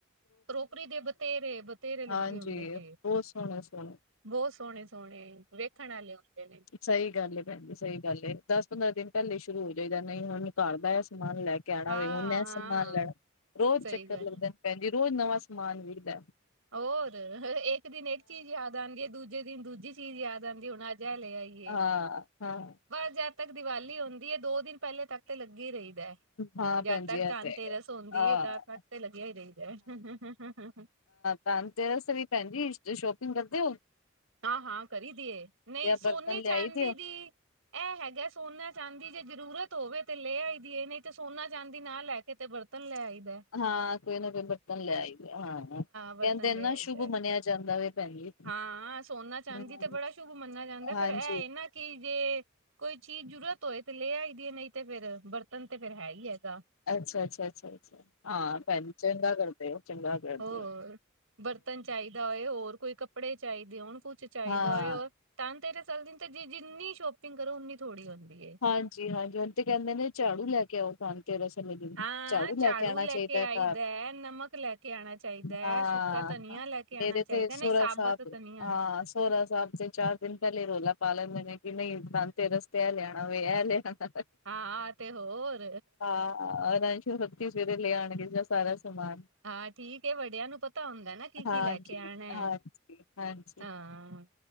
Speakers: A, on the right; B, on the left.
A: ਕਰੋਕਰੀ ਦੇ ਬਤੇਰੇ-ਬਤੇਰੇ ਲੱਗੇ
B: ਹਾਂਜੀ
A: ਹੁੰਦੇ ਜੇ।
B: ਬਹੁਤ ਸੋਹਣੇ ਸੋਹਣੇ
A: ਬੋਤ ਸੋਣੇ-ਸੋਣੇ ਵੇਖਣ ਆਲੇ ਹੁੰਦੇ ਨੇ।
B: ਸਈ ਗੱਲ ਏ ਭੈਨ ਜੀ, ਸਈ ਗੱਲ ਏ। ਦਸ ਪੰਦਰਾਂ ਦਿਨ ਪੈਲੇ ਈ ਸ਼ੁਰੂ ਹੋ ਜਾਈਦੈ, ਨਈ ਹੁਨ ਘਰ ਦਾ ਐ ਸਮ ਸਮਾਨ ਲੈ ਕੇ ਆਣਾ
A: ਹਾਂ
B: ਵੇ, ਹੁਣ ਐ
A: ਹਾਂ
B: ਸਮਾਨ ਲੈਣਾ ਰੋਜ
A: ਸਹੀ
B: ਚੱਕਰ
A: ਗੱਲ
B: ਲੱਗਦੈ। ਭੈਨ ਜੀ ਰੋਜ ਨਵਾ ਸਮਾਨ ਵਿਖਦੈ।
A: ਹੋਰ, ਏਕ ਦਿਨ ਏਕ ਚੀਜ਼ ਯਾਦ ਆਂਦੀ ਏ, ਦੂਜੇ ਦਿਨ ਦੂਜੀ ਚੀ ਚੀਜ਼ ਯਾਦ ਆਂਦੀ ਹੁਣ ਅੱਜ ਐ ਲੈ ਆਈਏ।
B: ਹਾਂ। ਹਾਂ।
A: ਬਸ ਜਦ ਤੱਕ ਦੀਵਾਲੀ ਅਉਂਦੀ ਏ ਦੋ ਦਿਨ ਪੈਲੇ ਤੱਕ ਤੇ ਲੱਗੇ ਰਈਦੈ।
B: ਹਾਂ
A: ਜਦ
B: ਭੈਣ
A: ਤੱਕ
B: ਜੀ ਇਹ
A: ਧੰਨ
B: ਤੇ ਹੈਗਾ
A: ਤੇਰਸ ਹੁੰਂਦੀ
B: ਹਾਂ
A: ਏ ਤਦ ਤੱਕ ਤੇ ਲੱਗਿਆ ਈ ਰਈਦੈ <unintelligible>
B: ਧੰਨ ਤੇਰਸ ਤੇ ਵੀ ਭੈਨ ਜੀ ਤੁਸੀਂ ਸ਼ੋਪਿੰਗ ਕਰਦੇ ਓ?
A: ਹਾਂ-ਹਾਂ ਕਰੀ ਦੀ ਏ। ਨਈ ਸੋਨੇ,
B: ਬਰਤਨ ਲਿਆਈ
A: ਚਾਂਦੀ
B: ਦੇ ਹੋ
A: ਦੀ ਐ ਹੈਗਾ ਸੋਨਾ ਚਾਂਦੀ ਜੇ ਜ਼ਰੂਰਤ ਹੋਵੇ ਤੇ ਲੇ ਆਈ ਦੀ ਏ ਨਈ ਤੇ ਸੋਨਾ ਚਾਂਦੀ ਨਾ ਲੈ ਕੇ ਤੇ ਬਰਤਨ ਲੈ ਆਈ ਦੈ।
B: ਹਾ, ਕੋਈ ਨਾ ਕੋਈ ਬਰਤਨ ਲੈ ਆਈਦੈ, ਹਾਂ।
A: ਬਰਤਨ
B: ਕੈਂਦੇ ਏਨ
A: ਲੈ
B: ਨਾ
A: ਆਈਦਾ।
B: ਸ਼ੁੱਭ ਮੰਨਿਆ ਜਾਦਾ ਵੇ ਭੈਨ ਜੀ।
A: ਹਾਂ, ਸੋਨਾ ਚਾਂਦੀ
B: ਹਮ
A: ਤੇ ਬੜਾ ਸ਼ੁਭ ਮੰਨਿਆ ਜਾਦੈ
B: ਹਾਂਜੀ
A: ਫੇਰ ਐ ਏ ਨਾ ਕਿ ਜੇ ਕੋਈ ਚੀਜ਼ ਜ਼ਰੂਰਤ ਹੋਏ ਤੇ ਲੇ ਆਈ ਦੀ ਏ ਨਈ ਤੇ ਫੇਰ ਬਰ ਤਨ ਤੇ ਫੇਰ ਹੈ ਈ ਹੈਗਾ।
B: ਅੱਛਾ-ਅੱਛਾ-ਅੱਛਾ-ਅੱਛਾ। ਹਾਂ ਭੈਨਜੀ ਚੰਗਾ ਕਰਦੇ ਓ, ਚੰਗਾ ਕਰਦੇ
A: ਹੋਰ
B: ਓ।
A: ਬਰਤਨ ਚਾਹੀਦਾ ਹੋਏ। ਹੋਰ ਕੋਈ ਕੱਪੜੇ ਚਾਹੀਦੇ ਹੋਣ, ਕੁਛ ਚਾਹੀਦਾ
B: ਹਾਂ
A: ਹੋਏ। ਧਨ ਤੇਰਸ ਆਲੇ ਦਿਨ ਤੇ ਜਿੰਨੀ ਸ਼ੋਪਿੰਗ ਕਰੋ, ਉਨੀ ਥੋੜ੍ਹੀ ਹੁੰਦੀ ਏ।
B: ਹਾਂਜੀ -ਹਾਂਜੀ ਹੁਣ ਤੇ ਕਹਿੰਦੇ ਨੇ ਝਾੜੂ ਲੈ ਕੇ ਆਓ, ਘਰ ਤੇ ਉਸ ਦਿਨ
A: ਹਾਂ
B: ਝਾੜੂ ਲੈ ਕੇ ਆਉਣਾ ਚਾਹੀਦਾ
A: ਆਈਦਾ
B: ਘਰ।
A: ਨਮਕ ਲੈ ਕੇ ਆਣਾ ਚਾਹੀਦਾ ਹੈ
B: ਹਾਂ
A: ਸੁੱਕਾ ਧਨੀਆ ਲੈ ਕੇ ਆਣਾ
B: ਮੇਰੇ
A: ਚਾਹੀਦਾ
B: ਤੇ ਸੋਹਰਾ
A: ਨਹੀਂ ਸਾਬਤ
B: ਸਾਹਿਬ
A: ਧਨੀਆ
B: ਹਾਂ। ਸੋਰਾ ਸਾਹਿਬ ਤੇ ਚਾਰ ਇਕ ਦਿਨ ਪਹਿਲੇ ਰੌਲਾ ਪਾ ਲੈਂਦੇ ਨੇ ਕਿ ਨਹੀਂ ਧਨ ਤੇਰਸ ਤੇ ਏ ਲਿਆਣਾ ਵੇ ਇਹ ਲਿਆਣਾ।
A: ਹਾਂ ਆ ਤੇ ਹੋ। ਹੋਰ
B: ਹਾਂ <unintelligible> ਸਵੇਰੇ ਲੈ ਆਣਗੇ ਸਾਰਾ ਸਮਾਨ
A: ਹਾਂ ਠੀਕ ਏ ਵਡੀ। ਵਡਿਆਂ ਨੂੰ ਪਤਾ ਹੁੰਦਾ ਨਾ, ਕੀ -ਕੀ
B: ਹਾਂਜੀ,
A: ਲੈ ਕੇ ਆਉਣਾ ਹੈ
B: ਹਾਂਜੀ, ਹਾਂਜੀ
A: ਹਾਂ।